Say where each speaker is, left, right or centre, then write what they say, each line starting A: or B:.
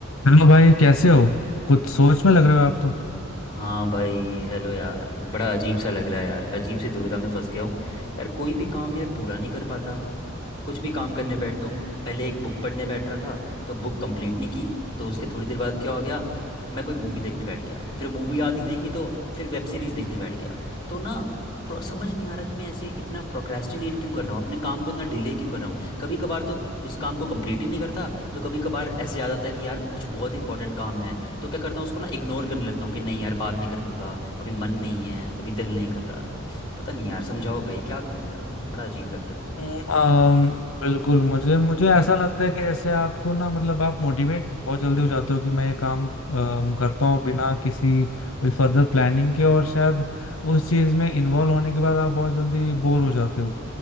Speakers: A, on the left (about 75°); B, on the left (about 25°).
A: Hello भाई कैसे हो कुछ सोच में लग रहे हो आप तो
B: हाँ भाई हेलो यार बड़ा अजीब सा लग रहा है यार अजीब सी दुविधा में फंस गया हूँ यार कोई भी काम यार पूरा नहीं कर पाता कुछ भी काम करने बैठता हूँ पहले एक बुक पढ़ने बैठ रहा था तो बुक कंप्लीट नहीं की तो उसके थोड़ी देर बाद क्या हो गया कि मैं कोई मूवी देखने बैठ गया फिर मूवी आधी देखी तो फिर वेब सीरीज़ देखने बैठ गया तो ना प्रो- समझ नहीं आ रहा कि मैं ऐसे इतना प्रोक्रेस्टिनेट क्यों कर रहा हूँ अपने काम को इतना डिले क्यों कर रहा हूँ कभी कभार तो उस काम को कंप्लीट ही नहीं करता तो कभी कभार ऐसे याद आता है कि यार कुछ बहुत इंपॉर्टेंट काम है तो क्या करता हूँ उसको ना इग्नोर करने लगता हूँ कि नहीं यार बाद में कर लूँगा अभी मन नहीं है अभी दिल नहीं कर रहा पता नहीं यार समझाओ भाई क्या करूँ यार बड़ा अजीब लग रहा है
A: हम्म, आम, बिल्कुल मुझे मुझे ऐसा लगता है कि जैसे आपको ना मतलब आप मोटिवेट बहुत जल्दी हो जाते हो कि मैं ये काम अम, करता हूँ बिना किसी कोई फर्दर प्लानिंग के और शायद उस चीज़ में इन्वॉल्व होने के बाद आप बहुत जल्दी बोर हो जाते हो